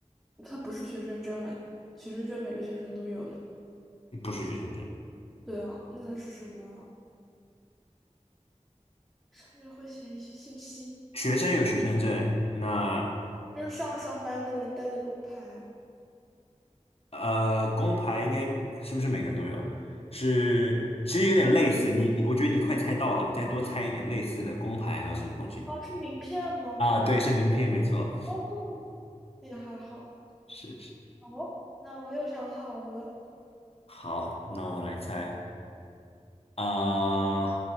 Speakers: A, in the centre; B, on the left.
A: 它不是学生证哎，学生证每个学生都有呢。
B: 不是学生证。
A: 对啊，那它是什么啊上面会写一些信息，
B: 学生有学生证，那
A: 就是上上班的人带的工牌。
B: 呃，工牌应该是不是每个人都有啊？是，其实有点类似。
A: 有
B: 你，我觉得你快猜到了，你再多猜一点类似的工牌还有什么东西
A: 哦，是名片吗？
B: 啊？对，是名片，没错，
A: 哦，也还好。
B: 是是。
A: 哦，那我又想好了，
B: 好，那我来猜啊，